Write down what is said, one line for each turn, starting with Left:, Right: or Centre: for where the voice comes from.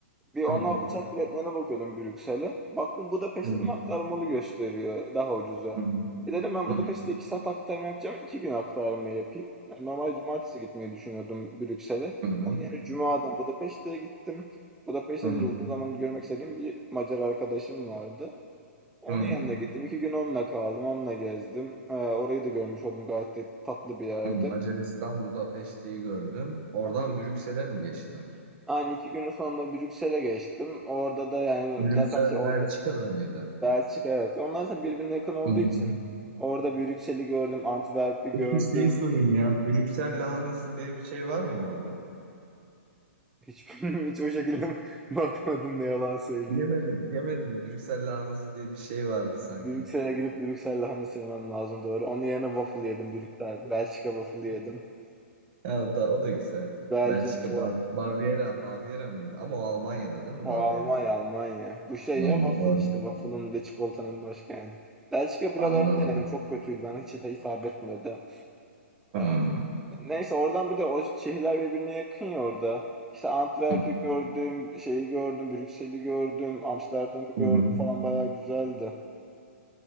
Centre: Bir ona
Right: Hı hı.
Centre: uçak biletlerine bakıyordum Brüksel'e. Baktım Budapeşte
Right: Hı hı.
Centre: dedim aktarmalı gösteriyor daha ucuza.
Right: Hı hı.
Centre: E dedim ben
Right: Hı
Centre: Budapeşte'de
Right: hı.
Centre: 2 saat aktarma yapacağım. 2 gün aktarma yapayım. Yani normal cumartesi gitmeyi düşünüyordum Brüksel'e.
Right: Hı hı.
Centre: Onun yerine Cuma'dan Budapeşte'ye gittim. Budapeşte'de
Right: Hı hı.
Centre: de uzun zamandır görmek istediğim bir Macar arkadaşım vardı. Onun
Right: Hı.
Centre: yanına gittim. 2 gün onunla kaldım. Onunla gezdim. Ee, orayı da görmüş oldum. Gayet de tatlı bir yerdi.
Right: Hı. Macaristan Budapeşte'yi gördün. Oradan
Centre: Aynen.
Right: Brüksel'e mi geçtin?
Centre: Aynı iki günün sonunda Brüksel'e geçtim. Orada da yani
Right: Brüksel
Centre: zaten şey orada
Right: Belçika'da mıydı?
Centre: Belçika evet. Onlar da birbirine yakın olduğu
Right: Hı hı.
Centre: için orada Brüksel'i gördüm, Antwerp'i gördüm.
Right: Peki şeyi sorayım ya. Brüksel lahanası diye bir şey var mı orada?
Centre: Hiçbirini <laughs> hiç o şekilde <laughs> bakmadım ne yalan söyleyeyim.
Right: Yemedin, yemedin. Brüksel lahanası diye bir şey vardı sanki.
Centre: Brüksel'e gidip Brüksel lahanası yemem lazım doğru. Onun yerine waffle yedim. Brüksel, Belçika waffle yedim.
Right: Ya o da o da güzel.
Centre: Belçika,
Right: Belçika Ba- Baviera, Baviera mıydı? Ama o Almanya'da değil mi
Centre: ha,
Right: Baviera?
Centre: Almanya, Almanya. Bu şey
Right: Ha,
Centre: ya waffle
Right: doğru.
Centre: işte. Waffle'ın ve çikolatanın başkenti. Belçika biralarını
Right: Anladım.
Centre: denedim. Çok kötüydü. Bana hiç de hitap etmedi.
Right: Hmm.
Centre: Ee, Neyse oradan bir de o şehirler birbirine yakın ya orada. İşte Antwerp'i
Right: Hı.
Centre: gördüm, şeyi gördüm, Brüksel'i gördüm, Amsterdam'ı
Right: Hı
Centre: gördüm
Right: hı.
Centre: falan bayağı güzeldi.